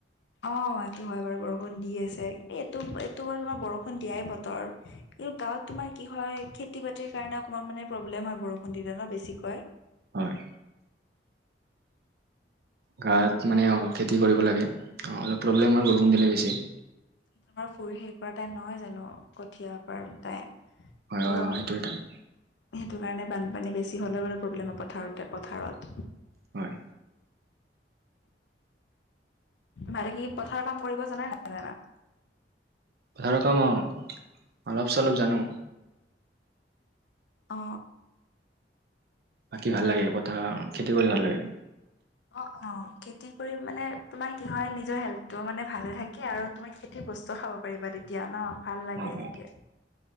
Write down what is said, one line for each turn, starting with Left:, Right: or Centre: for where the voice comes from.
Left: অ সেটো হয় বাৰু বৰষুণ দি আছে এইটো এইটো বাৰু তোমাৰ বৰষুণ দিয়াই বতৰ। এই গাঁৱত তোমাৰ কি হয় খেতি-বাতিৰ কাৰণে অকণমান মানে প্ৰব্লেম হয় বৰষুণ দিলে ন বেছিকৈ
Right: হয় গাঁৱত মানে অ খেতি কৰিব লাগে অলপ
Left: উম।
Right: প্ৰব্লেম হয় বৰষুণ দিলে বেছি।
Left: তোমাৰ ফুৰি হেৰি কৰা টাইম নহয় জানো কঠিয়া পৰা টাইম
Right: হয়
Left: ত'
Right: হয় হয় সেইটোয়েই থাকে
Left: সেইটো কাৰণে বানপানী বেছি হ'লেও বাৰু প্ৰব্লেম হয় পথাৰতে পথাৰত।
Right: হয়
Left: ভালে কি পথাৰ কাম কৰিব জানা নাজানা
Right: পথাৰ কাম অ অলপ চলপ জানো।
Left: অ
Right: বাকী ভাল লাগে পথাৰ খেতি কৰি ভাল লাগে।
Left: অ অ খেতি কৰি মানে তোমাৰ কি হয় নিজৰ হেলটো মানে ভালে থাকে। কে আৰু তোমাক খেতিৰ বস্তু খাব পাৰিবা তেতিয়া ন ভাল লাগে
Right: অ অ
Left: এনেকে।